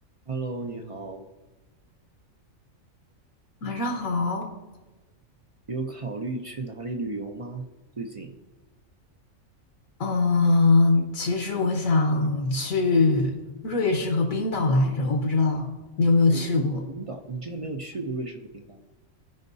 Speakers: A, on the right (about 60°); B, on the left (about 75°).
A: Hello，你好，
B: 晚上好，
A: 有考虑去哪里旅游吗？最近
B: 嗯，其实我想去瑞士和冰岛来着，我不知道你有没有去过。
A: 瑞士和冰岛，你之前没有去过瑞士和冰岛吗？